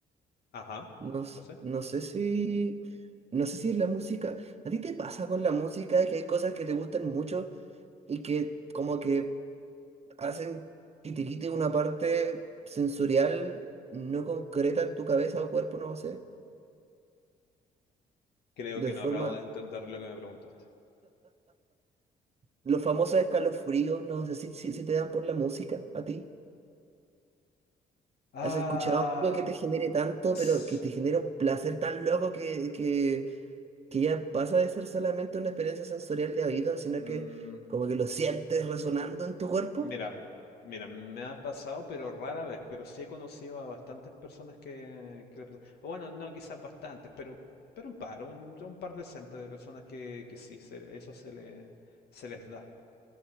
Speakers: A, on the left; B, on the right.
A: Ajá,
B: No, s-
A: lo sé.
B: no sé si, no sé si es la música. ¿A ti te pasa con la música que hay cosas que te gustan mucho y que como que hacen que te quite una parte sensorial no concreta en tu cabeza o cuerpo, no sé,
A: Creo
B: de
A: que no
B: forma...
A: acabo de entender lo que me preguntaste.
B: Los famosos escalofríos, no sé si, si, si te dan por la música a ti.
A: Ah,
B: ¿Has escuchado algo que te genere tanto,
A: s-
B: pero que te genera un placer tan loco que, que, que ya pasa de ser solamente una experiencia sensorial de oído, sino
A: mm,
B: que como que lo sientes resonando en tu cuerpo?
A: mira, mira, me ha pasado, pero rara vez, pero sí he conocido a bastantes personas que, que le pasa- o Bueno, no, quizás bastantes, pero, pero un par, un, un par decente de personas que, que sí, se- eso se le, se les da.